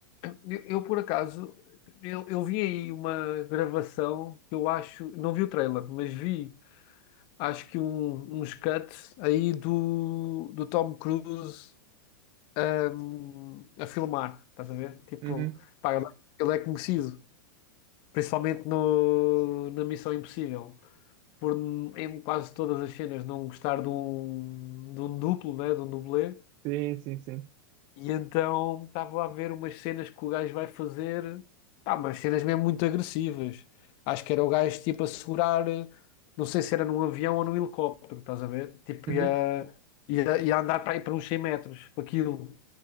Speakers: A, on the left; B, on the right.
A: eu, eu, por acaso, eu, eu vi aí uma gravação que eu acho, não vi o trailer, mas vi, acho que um- uns cuts aí do, do Tom Cruise ahm, a filmar, estás a ver? Tipo,
B: Uhum.
A: pá, ele, é, ele é conhecido, principalmente no, na Missão Impossível, por em quase todas as cenas não gostar de um, de um duplo, né, de um dublê.
B: Sim, sim, sim.
A: E então estava a ver umas cenas que o gajo vai fazer, pá, umas cenas mesmo muito agressivas. Acho que era o gajo tipo a segurar, eh, não sei se era num avião ou num helicóptero, estás a ver? Tipo,
B: Uhum.
A: ia, ia, ia andar para aí para uns 100 metros, para aquilo.